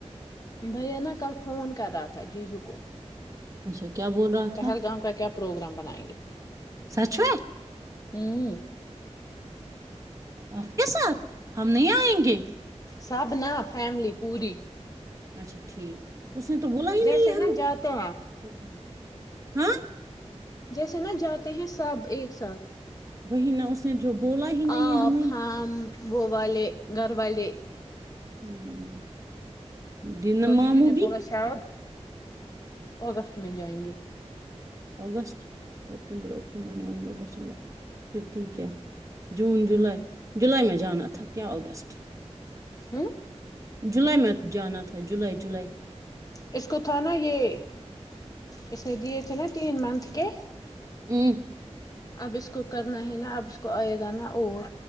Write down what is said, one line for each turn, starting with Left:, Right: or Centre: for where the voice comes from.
Left: بھیا نا کل فون کر رہا تھا جی جو کو
Right: اچھا کیا بول رہا
Left: پہلگام
Right: تھا
Left: کا کیا پروگرام بنائیں گے
Right: سچ میں
Left: ہوں
Right: آپ کے ساتھ ہم نہیں آئیں گے
Left: سب نا فیملی پوری
Right: اچھا ٹھیک اس نے تو بولا ہی
Left: جیسے
Right: نہیں ہے
Left: نا
Right: ہمیں
Left: جاتے ہیں
Right: ہاں
Left: جیسے نا جاتے ہیں ہے سب ایک ساتھ
Right: وہی نہ اس نے جو بولا ہی نہیں
Left: آپ
Right: ہے ہمیں
Left: ہم وہ والے گھر والے
Right: ہوں دین
Left: تو
Right: ما
Left: جیجو
Right: مو
Left: نے
Right: بھی
Left: بولا شاید اگست میں جائیں گے
Right: اگسٹ سپٹمبر اکتوبر نومبر دسمبر پھر ٹھیک ہے جون جولائی جولائی میں جانا تھا کیا اگستٹ <unintelligible>
Left: ہوں
Right: جولائی میں جانا تھا جولائی جولائی <unintelligible>
Left: اس کو تھا نا یہ اس نے دیے تھے نا تین منتھ کے
Right: <inaudible>
Left: اب اس کو کرنا ہے نا اب اس کو آئے گا نا اور